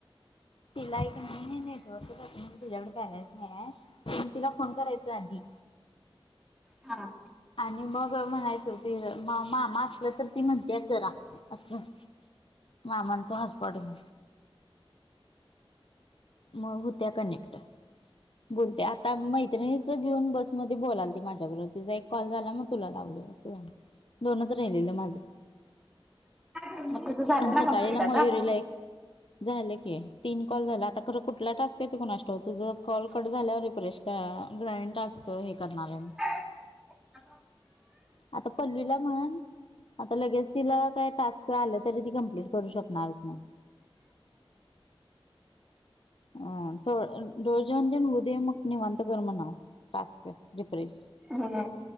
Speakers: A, on the left (about 65°); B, in the centre.
A: तिला हाय की नाय नेटवर्क चं जात नाय तिच्याकडे बॅलन्स नाय हाय. मंग तिला फोन करायचाय आधी
B: हा.
A: आणि मग म्हणायचं ते म मामा असं असल तर ती म्हणतेय करा असं मामांचं हॉस्पॉट घेऊन मग होत्या कनेक्ट. बोलते आता मैत्रिणीच घेऊन बसमध्ये बोलालती माझ्याबरोबर तिजा एक कॉल झाला मग तुला लावल असं झालं दोनच राहिलेलं माझं.
B: मग तुझं झालं
A: आणि
B: ना
A: सकाळीला
B: कंप्लीट आता?
A: मयुरीला एक झालं की तीन कॉल झाला आता खरं कुठला टास्क येत कुणास ठाऊक तुझं कॉल कट झाल्यावर रिफ्रेश करा जॉईंन टास्क त हे करणार हाय मी
B: <inaudible>
A: आता पल्लवीला म्हण आता लगेच तिला काय टास्क आलं तरी ती कमप्लीट करू शकणारच नाय अ तो डोहाळजेवण तेन होऊदे मग निवांत कर म्हणाव टास्क रिफ्रेश.
B: हम्म